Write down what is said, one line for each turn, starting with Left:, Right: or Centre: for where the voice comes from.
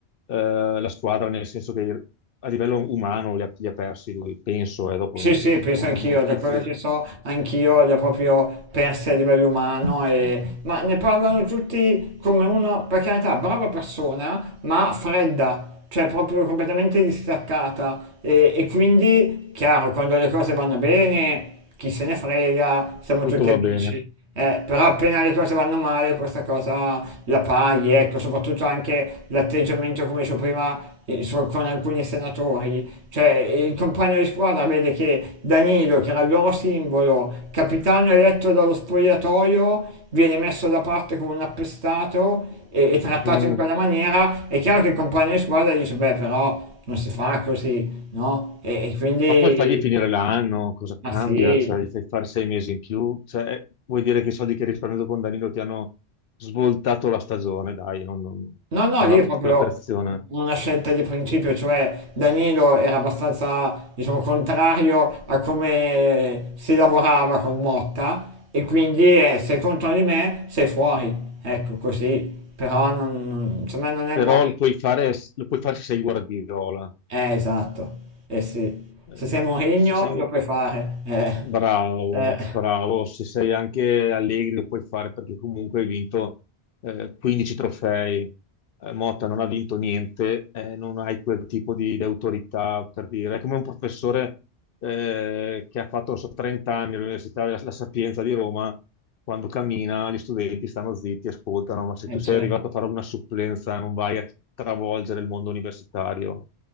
Left: eh, la squadra, nel senso che a livello umano li ha, li ha persi lui, penso, e dopo
Right: Sì, sì,
Left: non,
Right: penso anch'io,
Left: non ho notizie.
Right: da quello che so, anch'io li ho proprio persi a livello umano, e- ma ne parlano tutti come uno, per carità, brava persona, ma fredda, cioè proprio completamente distaccata. E, e quindi, chiaro, quando le cose vanno bene, chi se ne frega, siamo
Left: Tutto
Right: tutti
Left: va
Right: amici.
Left: bene.
Right: Eh, però appena le cose vanno male, questa cosa la paghi, ecco, soprattutto anche l'atteggiamento, come dicevo prima, eh, so- con alcuni senatori. Cioè, il compagno di squadra vede che Danilo, che era il loro simbolo, capitano eletto dallo spogliatoio, viene messo da parte come un appestato e, e trattato
Left: Mm.
Right: in quella maniera. È chiaro che il compagno di squadra dice, beh, però non si fa così, no? E, e quindi,
Left: Ma poi fagli finire l'anno, cosa cambia?
Right: ma sì.
Left: Cioè, gli fai fare sei mesi in più? Cioè, eh, vuoi dire che i soldi che hai risparmiato con Danilo ti hanno svoltato la stagione? Dai, non, non,
Right: No, no,
Left: non
Right: lì
Left: ha
Right: è proprio
Left: quell'operazione.
Right: una scelta di principio, cioè Danilo era abbastanza, diciamo, contrario a come si lavorava con Motta e quindi eh, sei contro di me, sei fuori, ecco così, però non, non- secondo me non è il
Left: Però
Right: modo...
Left: lo puoi fare, lo puoi fare se sei Guardiola.
Right: Eh, esatto, eh sì,
Left: Eh,
Right: se sei Mourinho
Left: se sei
Right: lo puoi fare, eh,
Left: Bravo,
Right: eh,
Left: bravo. Se sei anche Allegri lo puoi fare perché comunque hai vinto eh, 15 trofei. Eh, Motta non ha vinto niente, eh, non hai quel tipo di, di autorità per dire. È come un professore eh, che ha fatto non so, 30 anni all'Università della La Sapienza di Roma, quando cammina gli studenti stanno zitti, ascoltano, ma se
Right: eh,
Left: tu sei
Right: certo.
Left: arrivato a fare una supplenza non vai a travolgere il mondo universitario.